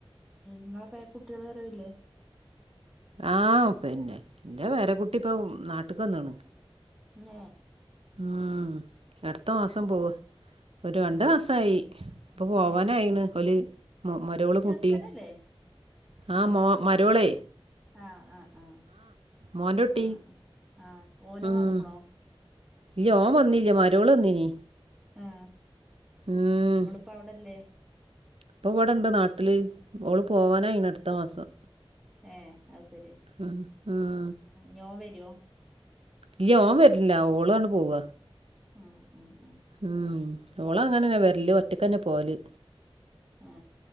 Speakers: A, on the right; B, on the right.
A: നിങ്ങളെ പേരകുട്ടികൾ വരവില്ലേ
B: ആഹ് പിന്നെ ഇന്റെ പേരക്കുട്ടി ഇപ്പൊ നാട്ട്ക്ക് വന്ന് ക്ക്ണ്
A: നേ
B: ആ അടുത്ത മാസം പോവ് ഒരു രണ്ട് മാസയി ഇപ്പൊ പോവാനായിണ്
A: ഏ
B: ഓല് മരോള്
A: ചെറുക്കനല്ലേ
B: കുട്ടി ആ മോ മരോളെ
A: ആഹ് ആഹ് ആ
B: മോൻ്റുട്ടി
A: ആ ആ ഓനും
B: ഉം.
A: വന്നക്കണോ
B: ഇല്ല ഓൻ വന്നില്ലേ മരോള് വന്നിനി
A: ആ
B: ഉം.
A: ഓൾ ഇപ്പ അവിടല്ലേ
B: ഇപ്പൊ ഇവിടെണ്ട് നാട്ടില് ഓള് പോവാനായിന അടുത്ത മാസം
A: ഏ അത് ശരി
B: ഉം. ഉം.
A: ഞോ വരുവോ
B: ഇല്ല ഓൻ വരില്ല ഓളാണ് പോവ
A: ആഹ് ആഹ് ആഹ്
B: ഉം ഓള് അങ്ങനന്നെ വരല് ഒറ്റക്ക്ന്നെ പോല്
A: ആ